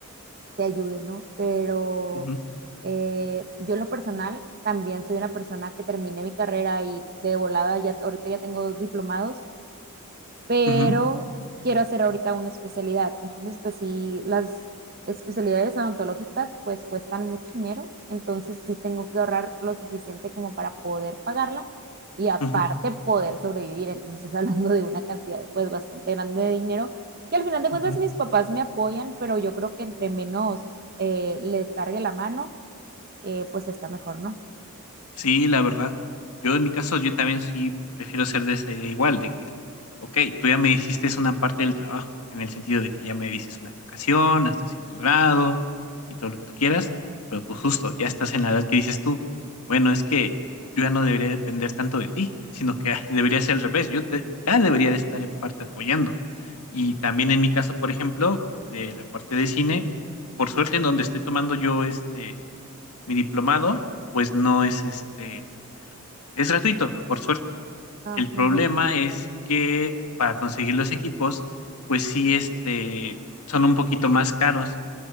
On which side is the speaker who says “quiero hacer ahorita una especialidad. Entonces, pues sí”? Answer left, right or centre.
Right